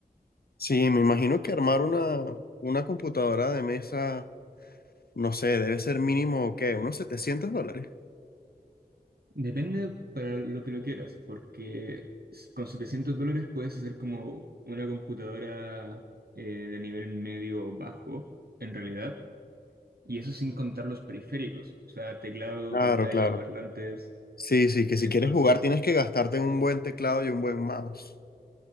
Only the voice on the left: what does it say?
Sí, me imagino que armar una, una computadora de mesa, no sé, debe ser mínimo, ¿qué? Unos 700 dólares.
Claro,
claro.
Sí, sí, que si
quieres jugar tienes que gastarte en un buen teclado y un buen mouse.